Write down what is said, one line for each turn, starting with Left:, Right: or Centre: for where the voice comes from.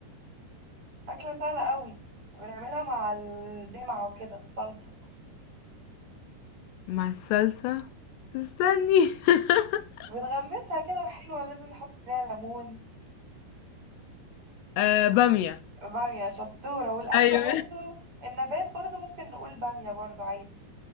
Right: أكلة سهلة قوي بنعملها مع الدمعة وكده الصلصة
Left: مع الصلصة استني <laughs>
Right: بنغمسها كده حلوة لازم نحط فيها ليمون
Left: آه بامية
Right: بامية شطورة والأكلة
Left: ايوه
Right: برضو النبات برضو ممكن نقول بامية برضو عادي